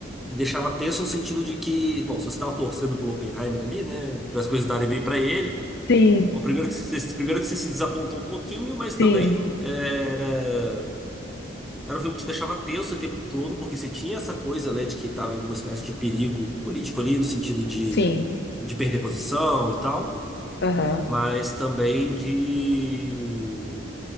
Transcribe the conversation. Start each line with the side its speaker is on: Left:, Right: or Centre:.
Centre: me deixava tenso no sentido de que, bom, se você estava torcendo pelo Oppenheimer ali, né? Para as coisas darem bem pra ele.
Left: Sim,
Centre: Bom, primeiro que você, primeiro que você se desapontou um pouquinho, mas também
Left: sim,
Centre: é, era. Era um filme que te deixava tenso o tempo todo, porque você tinha essa coisa, né, de que estava em alguma espécie de perigo político ali, no sentido de,
Left: sim.
Centre: de perder posição e tal,
Left: Aham.
Centre: mas também de